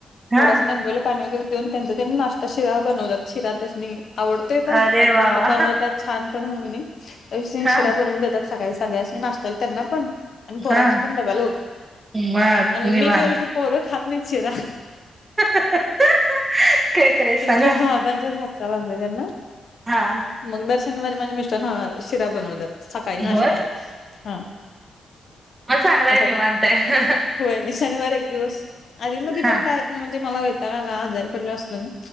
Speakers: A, on the left (about 65°); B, on the right (about 25°).
A: पोरासनी
B: हा
A: अंंगोळीला पाणी वगैरे देऊन त्यांचा त्यांनी नाश्ता. शिरा बनवतात शिरा त्यासनी आवडतोय पण
B: अरे
A: आणि
B: वा
A: त्यांनी
B: वा
A: बनवतात. छान पण म्हणून मी
B: हा
A: शिरा बनवून देतात सकाळी सगळ्यांसनी नाशताला त्यांना पण. आणि पोरांच्या
B: हा
A: पण डब्याला होतो
B: मग
A: आणि मी
B: निवांत
A: केेलं की पोरं खात नाहीत शिरा
B: <unintelligible>
A: त्यांच्या
B: सांग
A: बाबांच्याच हातचा लागतोय त्यांना
B: हा
A: मग दर शनिवारी माझ्या मिस्टर शिरा बनवतात सकाळी नाष्ट्याला
B: होय
A: हा.
B: मग चांगलाय
A: आता
B: निवांत आहे
A: होय शनिवार एक दिवस आधी मधी पण
B: हा
A: काय. म्हणजे मला वैताग आला आजारी पडलो असलो ना